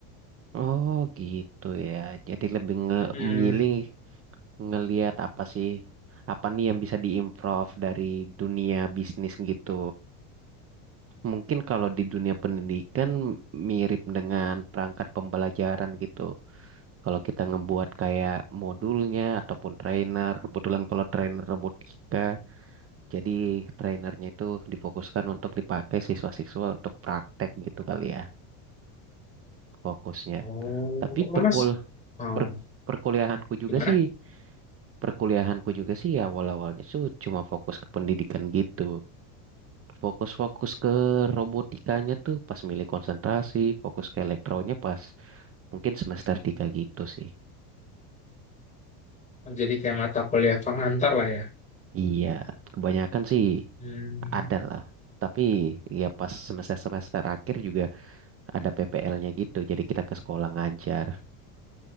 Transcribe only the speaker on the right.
Oh gitu ya. Jadi lebih nge-
memilih ngelihat apa sih apa nih yang bisa diimprove dari dunia bisnis gitu. Mungkin kalau di dunia pendidikan mirip dengan perangkat pembelajaran gitu. Kalau kita ngebuat kayak modulnya ataupun trainer, kebetulan kalau trainer robotika, jadi trainernya itu difokuskan untuk dipakai siswa-siswa untuk praktek gitu kali ya fokusnya.
Tapi
perkul
per- perkuliahanku juga
sih perkuliahanku juga sih ya awal-awalnya tuh cuma fokus ke pendidikan gitu. Fokus-fokus ke robotikanya tuh pas milih konsentrasi, fokus ke elektronya pas mungkin semester 3 gitu sih.
Iya, kebanyakan sih
ada lah. Tapi ya pas semester-semester akhir juga ada PPL-nya gitu, jadi kita ke sekolah ngajar.